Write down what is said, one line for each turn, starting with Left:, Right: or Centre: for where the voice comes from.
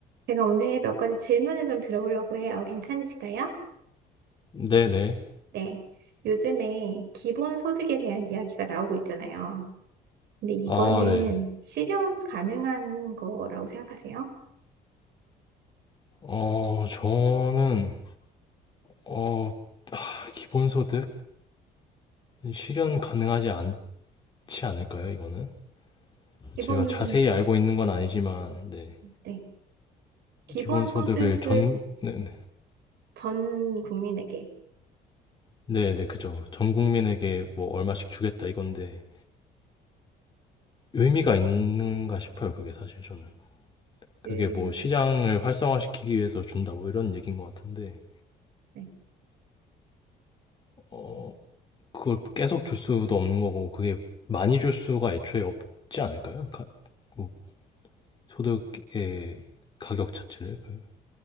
Right: 제가 오늘 몇 가지 질문을 좀 들어보려고 해요. 괜찮으실까요?
Left: 네네.
Right: 네. 요즘에 기본소득에 대한 이야기가 나오고 있잖아요. 근데 이거는
Left: 아, 네.
Right: 실현 가능한 거라고 생각하세요?
Left: 어, 저는, 어, 기본소득? 실현 가능하지 않지 않을까요, 이거는?
Right: 기본,
Left: 제가 자세히 알고 있는 건 아니지만, 네.
Right: 네. 기본소득을
Left: 기본소득을 전, 네네.
Right: 전 국민에게.
Left: 네네, 그죠. 전 국민에게 뭐 얼마씩 주겠다 이건데, 의미가 있는가 싶어요, 그게 사실 저는. 그게
Right: 그,
Left: 뭐 시장을 활성화시키기 위해서 준다, 뭐 이런 얘기인 것 같은데,
Right: 네.
Left: 어, 그걸 계속 줄 수도 없는 거고, 그게 많이 줄 수가 애초에 없지 않을까요? 가- 뭐 소득의 가격 자체를 그